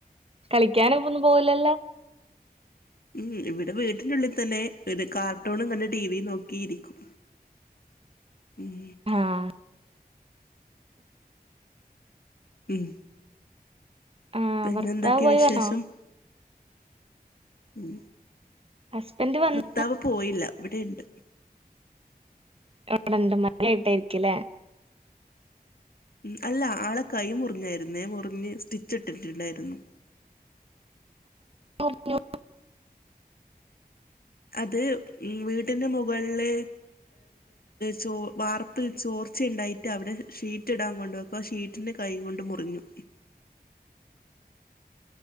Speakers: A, on the right; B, on the left.
A: കളിക്കാനൊന്നും പോകലല്ലോ
B: ഉം ഇവിടെ വീട്ടിന്റെ ഉള്ളിൽ തന്നെ ഒരു കാർട്ടൂണും അങ്ങനെ ടിവിയും നോക്കിയിരിക്കും ഉം
A: ആഹ്
B: ഉം
A: ആഹ്
B: പിന്നെ
A: ഭർത്താവ്
B: എന്തൊക്കെയ
A: പോയി
B: വിശേഷം
A: വന്നോ
B: ഉം
A: ഹുസ്ബൻഡ് വന്ന
B: ഭർത്താവ് പോയില്ല ഇവിടെ ഉണ്ട്
A: <unintelligible>
B: ഉം അല്ല ആളെ കൈ മുറിഞ്ഞായിരുന്നേ മുറിഞ്ഞ് സ്റ്റിച്ച് ഇട്ടിട്ടുണ്ടായിരുന്നു
A: <unintelligible>
B: അത് ഇ വീട്ടിന്റെ മുകളില് ചോ വാർപ്പ ചോർച്ചയുണ്ടായിട്ട് അവിടെ ഷീറ്റ് ഇടാൻ കൊണ്ട്െക്കും അപ്പൾ ആ ഷീറ്റിൻന്റെറെ കൈക കൊണ്ട് മുറിഞ്ഞു